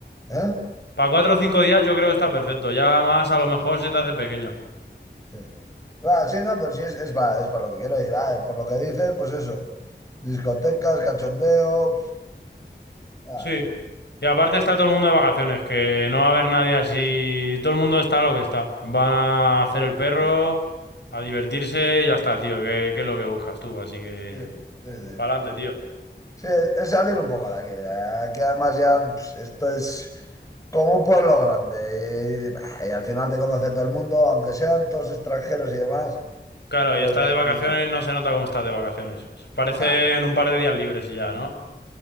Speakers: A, on the left; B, on the left.
A: ¿eh?
B: Para cuatro o cinco días yo creo que está perfecto. Ya más a lo mejor se te hace pequeño.
A: Sí. Va, sí, no, pues sí, es, es para, es para lo que quiero ir. Ah, por lo que dices, pues eso. Discotecas, cachondeo. pf, ah,
B: Sí. Y aparte está todo el mundo de vacaciones, que no va a haber nadie así. Todo el mundo está lo que está. Van a hacer el perro,
A: sí,
B: a divertirse y ya está, tío. Que, que es lo que buscas tú. Así que,
A: sí, sí, sí.
B: pa'lante, tío.
A: Sí, es salir un poco de aquí. Aquí además ya pf, esto es... como un pueblo grande. Y, bah, y al final te conoce todo el mundo, aunque sean todos extranjeros y demás,
B: Claro,
A: los
B: y estás
A: de
B: de vacaciones,
A: aquí.
B: no se nota cómo estás de vacaciones. Parece
A: tal.
B: en un par de días libres y ya, ¿no?